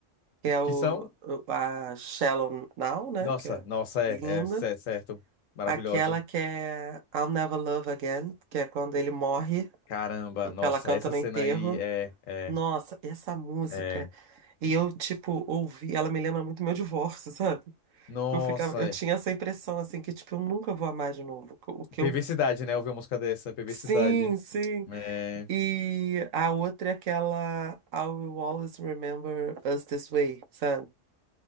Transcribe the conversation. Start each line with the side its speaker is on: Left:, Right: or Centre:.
Right: que é o,
Left: Que são.
Right: o- a Shallow Now, né?
Left: Nossa,
Right: Que é
Left: nossa, é,
Right: linda.
Left: é cer- certo. Maravilhosa.
Right: Aquela que é I'll Never Love Again, que é quando ele morre,
Left: Caramba, nossa,
Right: que ela canta
Left: essa
Right: no
Left: cena
Right: enterro.
Left: aí é, é,
Right: Nossa, essa música.
Left: é.
Right: E eu, tipo, ouvi, ela me lembra muito meu divórcio, sabe?
Left: Nossa,
Right: Porque eu ficava, eu
Left: é.
Right: tinha essa impressão, assim, que, tipo, eu nunca vou amar de novo. O que
Left: Perversidade,
Right: eu.
Left: né? Ouvir uma música dessa, perversidade.
Right: Sim, sim.
Left: É...
Right: E a outra é aquela I Will Always Remember Us This Way, sabe?